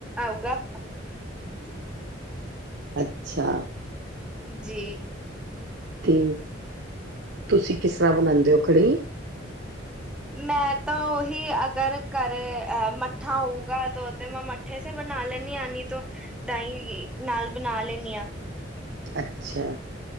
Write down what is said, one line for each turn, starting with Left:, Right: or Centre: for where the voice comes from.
Centre: ਆਊਗਾ <inaudible>
Right: ਅੱਛਾ।
Centre: ਜੀ।
Right: ਤੇ ਤੁਸੀਂ ਕਿਸ ਤਰ੍ਹਾਂ ਬਣਾਉਂਦੇ ਹੋ ਕੜੀ?
Centre: ਮੈਂ ਤਾਂ ਉਹੀ ਅਗਰ ਘਰੇ ਅ ਮੱਠਾ ਹੋਊਗਾ ਤੇ ਮੈਂ ਮੱ ਵੈਸੇ ਬਣਾ ਲੈਂਦੀ ਆ ਨਹੀਂ ਤੋਂ ਦਾਈ ਨਾਲ ਬਣਾ ਲੈਂਦੀ ਆ।
Right: ਅੱਛਾ।